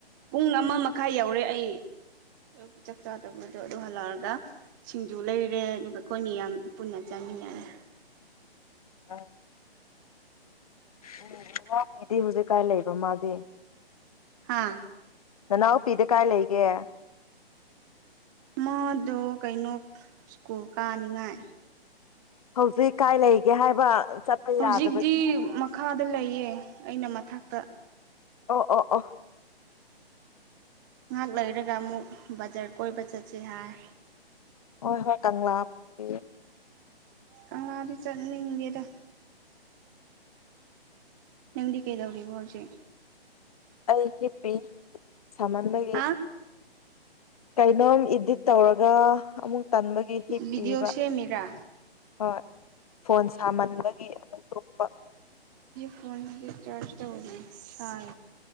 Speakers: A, on the right (about 20°); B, on the left (about 35°).
A: ꯄꯨꯡ ꯑꯃ ꯃꯈꯥꯏ ꯌꯧꯔꯦ ꯑꯩ ꯑꯌꯨ ꯆꯥꯛ ꯆꯥꯗꯕꯗꯣ ꯑꯗ ꯑꯗꯨ ꯍꯜꯍꯥꯎꯔꯒ ꯁꯤꯡꯖꯨ ꯂꯩꯔꯦ ꯑꯗꯨꯒ ꯑꯩꯈꯣꯏ ꯃꯤ ꯌꯥꯝ ꯄꯨꯟꯅ ꯆꯥꯃꯤꯟꯅꯔꯦ
B: ꯑꯥ ꯎ ꯉꯉꯎ ꯐꯤꯗꯤ ꯍꯧꯖꯤꯛ ꯀꯥꯏ ꯂꯩꯕ ꯃꯥꯗꯤ
A: ꯍꯥꯥ
B: ꯅꯅꯥꯎꯄꯤꯗ ꯀꯥꯏ ꯂꯩꯒꯦ
A: ꯃꯗꯣ ꯀꯩꯅꯣ ꯁ꯭ꯀꯨꯜ ꯀꯥꯅꯤꯡꯉꯥꯏ
B: ꯍꯧꯖꯤꯛ ꯀꯥꯏ ꯂꯩꯒꯦ ꯍꯥꯏꯕ ꯆꯠꯄ
A: ꯍꯧꯖꯤꯛꯇꯤ
B: ꯌꯥꯗꯕꯒꯤ
A: ꯃꯈꯥꯗ ꯂꯩꯌꯦ ꯑꯩꯅ ꯃꯊꯛꯇ
B: ꯑꯣ ꯑꯣ ꯑ
A: ꯉꯥꯏꯍꯥꯛ ꯂꯩꯔꯒ ꯑꯃꯨꯛ ꯕꯖꯥꯔ ꯀꯣꯏꯕ ꯆꯠꯁꯤ ꯍꯥꯏ
B: ꯍꯣꯏ ꯍꯣꯏ ꯀꯪꯂꯥꯄꯤ
A: ꯀꯍꯕꯤ ꯆꯠꯅꯤꯡꯒꯦꯗ ꯅꯪꯗꯤ ꯀꯩꯗꯧꯔꯤ ꯋꯥꯖꯤꯦ
B: ꯑꯩ ꯍꯤꯞꯄꯤ ꯁꯥꯍꯟꯕꯒꯤ
A: ꯍꯥ
B: ꯀꯩꯅꯣꯝ ꯏꯗꯤꯠ ꯇꯧꯔꯒ ꯑꯃꯨꯛ ꯇꯟꯕꯒꯤ ꯍꯤꯞ
A: ꯚꯤꯗꯤꯑꯣ
B: ꯄꯤꯕ
A: ꯁꯦꯝꯃꯤꯔꯥ
B: ꯍꯣꯏ ꯐꯣꯟ ꯁꯥꯃꯟꯕꯒꯤ ꯑꯃꯨꯛ ꯇꯣꯛꯄ
A: ꯐꯣꯟꯣꯟ ꯆꯔꯖ ꯇꯧꯅꯤ ꯍꯥꯏ